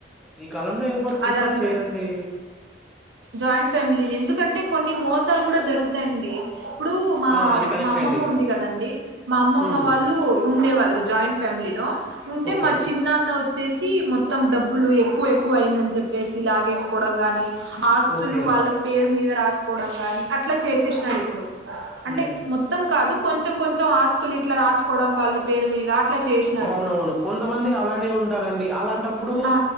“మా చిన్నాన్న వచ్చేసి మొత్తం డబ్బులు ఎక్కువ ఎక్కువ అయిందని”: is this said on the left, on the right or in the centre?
Right